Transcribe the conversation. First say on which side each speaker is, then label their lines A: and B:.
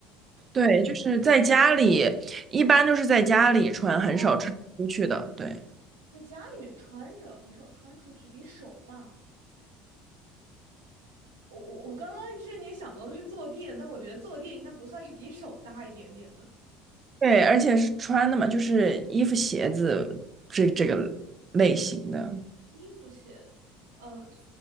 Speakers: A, on the right; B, on the right.
A: 椭圆形。
B: 对，就是在家里，一般都是在家里穿，很少穿出去的。
A: 哦，
B: 对，
A: 在家里面穿着，很少穿出去，比手大。我我我刚刚一瞬间想到的是坐垫，但我觉得坐垫应该不算是比手大一点点的。
B: 对，而且是穿的嘛，就是衣服、鞋子这这个类型的。
A: 衣服、鞋子，嗯、呃